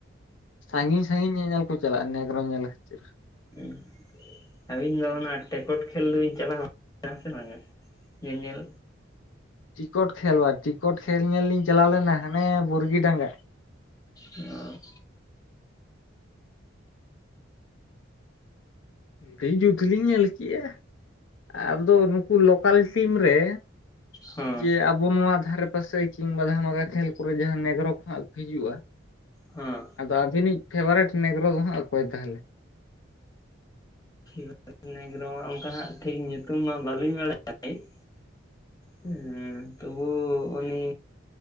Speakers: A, on the left; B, on the left.
A: ᱥᱟᱺᱜᱤᱧ ᱥᱟᱺᱜᱤᱧ ᱧᱮᱧᱮᱞ ᱠᱚ ᱪᱟᱞᱟᱜᱼᱟ ᱱᱮᱭᱜᱽᱨᱚᱢ ᱧᱮᱞ ᱠᱷᱟᱹᱛᱤᱨ᱾
B: ᱦᱮᱸ ᱾ ᱟᱹᱵᱤᱱ ᱫᱚ ᱚᱱᱟ ᱴᱮᱠᱚᱴ ᱠᱷᱮᱞ ᱫᱚᱵᱤᱱ ᱪᱟᱞᱟᱣ ᱠᱟᱱᱟ ᱥᱮ ᱵᱟᱝᱟ ᱧᱮᱧᱮᱞ?
A: ᱴᱤᱠᱚᱴ ᱠᱷᱮᱞ ᱵᱟ ᱴᱤᱠᱚᱴ ᱠᱷᱮᱞ ᱧᱮᱞ ᱞᱤᱧ ᱪᱟᱞᱟᱣ ᱞᱮᱱᱟ ᱦᱟᱱᱮ ᱵᱩᱨᱜᱤ ᱰᱟᱸᱜᱟ᱾
B: ᱚᱻ
A: ᱟᱹᱰᱤ ᱡᱩᱛᱞᱤᱧ ᱧᱮᱞ ᱠᱮᱜᱼᱟ, ᱟᱫᱚ ᱱᱩᱠᱩ ᱞᱳᱠᱟᱞ ᱴᱤᱢ ᱨᱮ
B: ᱦᱚᱸ
A: ᱡᱮ ᱟ ᱵᱚ ᱱᱚᱣᱟ ᱫᱷᱟᱨᱮ ᱯᱟᱥᱮ ᱠᱤᱢᱵᱟ ᱫᱷᱟᱢᱟᱠᱟ ᱠᱷᱮᱞ ᱠᱚᱨᱮ ᱡᱟᱦᱟᱸ ᱱᱮᱜᱨᱳ ᱠᱚ ᱦᱟᱸᱜ ᱠᱚ ᱦᱤᱡᱩᱜᱼᱟ,
B: ᱦᱮᱸ ᱾
A: ᱟᱫᱚ ᱟᱹᱵᱤᱱᱤᱡ ᱯᱷᱮᱵᱟᱨᱮᱴ ᱱᱮᱜᱨᱚ ᱫᱚ ᱦᱟᱸᱜ ᱚᱠᱚᱭ ᱛᱟᱦᱚᱞᱮ?
B: <inaudible> ᱱᱮᱜᱨᱳᱭᱟᱜ ᱚᱱᱠᱟ ᱦᱟᱸᱜ ᱴᱷᱤᱠ ᱧᱩᱛᱩᱢ ᱢᱟ ᱵᱟᱹᱞᱤᱧ ᱵᱟᱲᱟᱭ <inaudible> ᱦᱩᱸ ᱛᱚᱵᱩ ᱩᱱᱤ